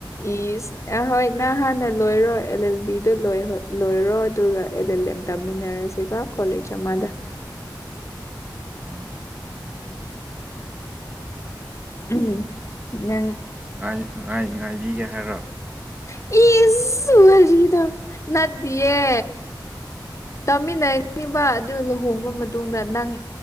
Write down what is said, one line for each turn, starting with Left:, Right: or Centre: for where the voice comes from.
Left: ꯏꯁ ꯑꯍꯣꯏ ꯅꯪꯍꯥꯟꯅ ꯂꯣꯏꯔꯣ ꯑꯦꯜ ꯑꯦꯜ ꯕꯤꯗ ꯂꯣꯏꯍꯣꯏ ꯂꯣꯏꯔꯣ ꯑꯗꯨꯒ ꯑꯦꯜ ꯑꯦꯜ ꯑꯦꯝ ꯇꯝꯃꯤꯟꯅꯔꯁꯤꯀꯣ ꯀꯣꯂꯦꯖ ꯑꯃꯗ꯫
Right: ꯎꯝ
Left: ꯎꯝ ꯅꯪ
Right: ꯉꯥꯏ ꯉꯥꯏ ꯉꯥꯏꯕꯤꯒꯦ ꯍꯥꯏꯔꯣ
Left: ꯏꯁ ꯋꯔꯤꯗꯣ ꯅꯠ ꯇꯤꯌꯦ ꯇꯥꯃꯤꯟꯅꯅꯤꯕ ꯑꯗꯨ ꯂꯨꯍꯣꯡꯕ ꯃꯇꯨꯡꯗ ꯅꯪ